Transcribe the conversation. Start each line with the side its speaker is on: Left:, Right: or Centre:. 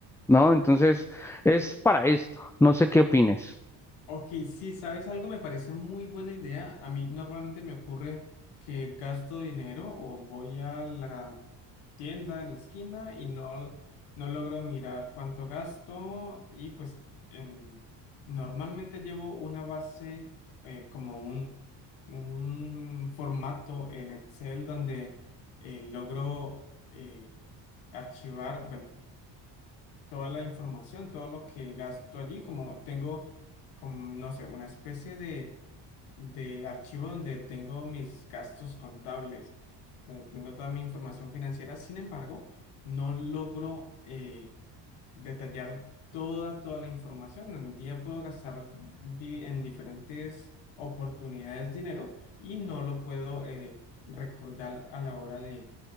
Centre: ¿no? Entonces, es para esto. No sé qué opines.
Left: Ok, sí, ¿sabes algo? Me parece muy buena idea. A mí normalmente me ocurre que gasto dinero o voy a la tienda en la esquina y no, no logro mirar cuánto gasto y pues en- normalmente llevo una base eh, como un, un formato en Excel donde eh, logro eh, archivar, bueno toda la información, todo lo que gasto allí, como tengo, como, no sé, una especie de, de archivo donde tengo mis gastos contables, donde tengo toda mi información financiera, sin embargo, no logro, eh, detallar toda, toda la información. En el día puedo gastar di- en diferentes oportunidades dinero y no lo puedo eh, recordar a la hora de,